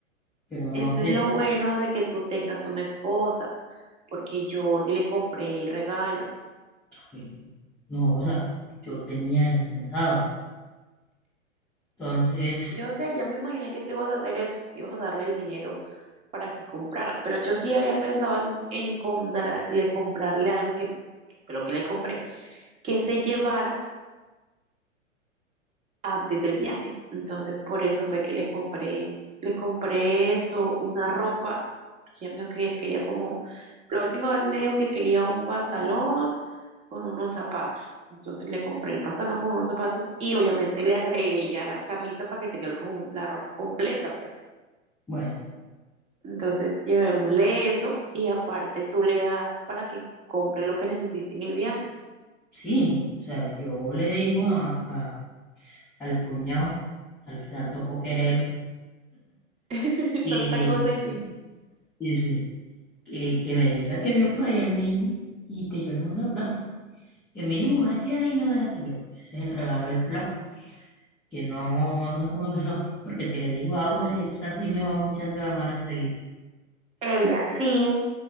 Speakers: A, in the centre; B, on the right.
A: pero no
B: eso es
A: sé,
B: lo bueno de que tú tengas una esposa, porque yo sí le compré el regalo.
A: pues, no, o sea, yo tenía eso pensado. Entonces,
B: Yo sé, yo me imaginé que tú ibas a hacer eso, que ibas a darle el dinero para que compraran, pero yo sí había pensado en, en comprarle comprarle algo que, que fue lo que le compré, que se llevara antes del viaje. Entonces, por eso fue que le compré, le compré esto, una ropa, porque ella me dijo que quería como, la última vez me dijo que quería un pantalón con unos zapatos. Entonces le compré el pantalón con unos zapatos y obviamente le agregué ya la camisa para que tenga el co- la ropa completa, pues.
A: bueno,
B: Entonces, llevémosle eso y aparte tú le das para que compre lo que necesite en el viaje.
A: sí, o sea, yo le digo a, a- al cuñado, al final tocó querer,
B: <laughs>
A: y,
B: Tanta cosa y sí,
A: y sí, que, que me diga que vio por ahí al niño y que yo le mando la plata. Que mínimo me decía, ay, no es así yo. Ese es el regalo del plan. que no, no se ponga pesado, porque si le digo a Aura, esa sí me va muchando la mano enseguida.
B: ella sí.